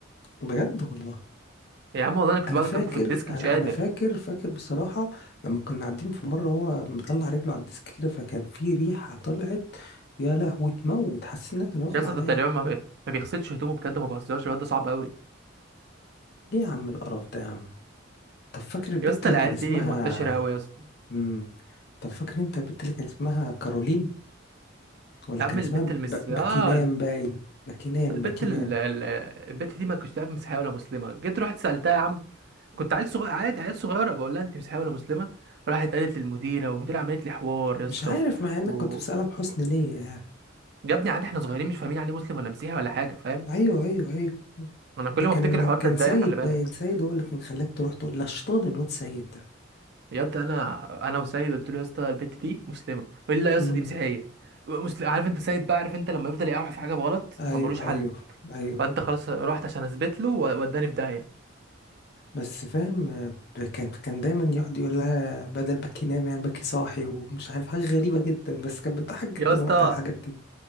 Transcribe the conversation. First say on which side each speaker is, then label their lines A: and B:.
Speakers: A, on the left; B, on the right.
A: بجد والله
B: يا عم والله انا كنت
A: انا
B: بقعد
A: فاكر
B: جنبه في الديسك
A: انا
B: مش قادر
A: انا فاكر فاكر بصراحه لما كنا قاعدين في مره هو مطلع رجله على الديسك كده فكان في ريحه طلعت يا لهوي تموت حسيت انها كان اغمى
B: يا اسطى
A: عليا
B: ده تقريبا ما, بي... ما بيغسلش هدومه بجد ما بهزرش الواد ده صعب قوي
A: ليه يا عم القرف ده يا عم طب فاكر البت
B: يا اسطى
A: اللي
B: العيال
A: كان اسمها
B: دي منتشره قوي يا اسطى
A: امم طب فاكر انت البت اللي كان اسمها كارولين ولا
B: يا
A: كان
B: عم البت
A: اسمها ب...
B: المس اه
A: باكينام باين باكينام
B: البت
A: باكينام
B: ال- ال- البت دي ما كنتش تعرف مسيحيه ولا مسلمه جيت رحت سالتها يا عم كنت عيل صغير عادي عيل صغيره بقول لها انت مسيحيه ولا مسلمه راحت قالت للمديره والمديره عملت لي حوار يا
A: مش
B: اسطى
A: عارف
B: و...
A: مع انك
B: و...
A: كنت بسألها بحسن نية يعني
B: يا ابني عادي احنا صغيرين مش فاهمين عليه مسلم ولا مسيحي ولا حاجه فاهم
A: ايوه ايوه ايوه
B: انا
A: ده
B: كل ما
A: كان
B: افتكر الحوار
A: كان
B: ده اتضايق
A: سيد
B: خلي بالك
A: باين سيد هو اللي كان خلاك تروح تقول لا شيطان الواد سيد ده
B: يا اسطى انا انا وسيد قلت له يا اسطى البت دي مسلمه يقول لي لا يا
A: امم
B: اسطى دي مسيحيه مسلم عارف انت سيد بقى عارف انت لما يفضل يقاوح في حاجه بغلط
A: ايوه
B: ما ملوش حل
A: ايوه ايوه
B: فانت خلاص رحت عشان اثبت له ووداني في داهيه
A: بس فاهم آه، ب- كان كان دايما يقعد يقول لها بدل باكي نام يعني باكي صاحي ومش عارف حاجة غريبة جدا بس كانت بتضحك جدا
B: يا اسطى
A: وقتها الحاجات دي